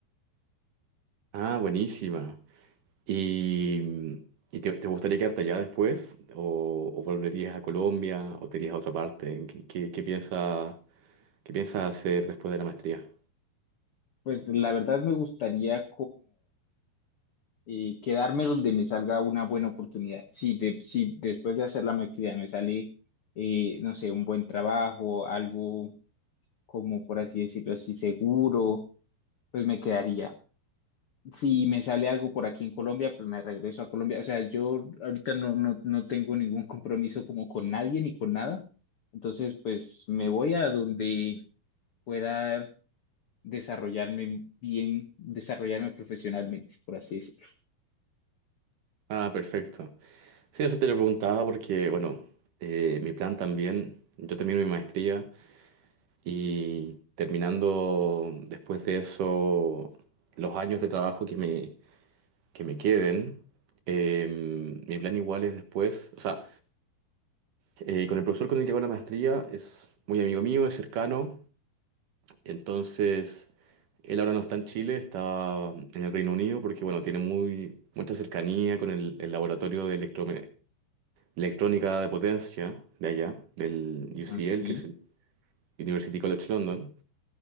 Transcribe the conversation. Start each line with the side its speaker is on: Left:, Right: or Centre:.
Right: Ah, buenísima. ¿Y, y te, te gustaría quedarte allá después? ¿O, o volverías a Colombia? ¿O te irías a otra parte? ¿Qué, qué, qué piensas, qué piensas hacer después de la maestría?
Left: Pues la verdad me gustaría eh, quedarme donde me salga una buena oportunidad. Si, de- si después de hacer la maestría me sale, eh, no sé, un buen trabajo, algo como por así decirlo así, seguro, pues me quedaría. Si me sale algo por aquí en Colombia, pues me regreso a Colombia. O sea, yo ahorita no, no, no tengo ningún compromiso como con nadie ni con nada. Entonces, pues me voy a donde pueda desarrollarme bien, desarrollarme profesionalmente, por así decirlo.
Right: Ah, perfecto. Sí, eso te lo preguntaba porque, bueno, eh, mi plan también, yo termino mi maestría y terminando después de eso los años de trabajo que me, que me queden, eh, mi plan igual es después, o sea, eh, con el profesor con el que hago la maestría es muy amigo mío, es cercano, entonces él ahora no está en Chile, está en el Reino Unido porque, bueno, tiene muy, mucha cercanía con el, el laboratorio de electro electrónica de potencia de allá, del UCL,
Left: Ok,
Right: que es el University College London.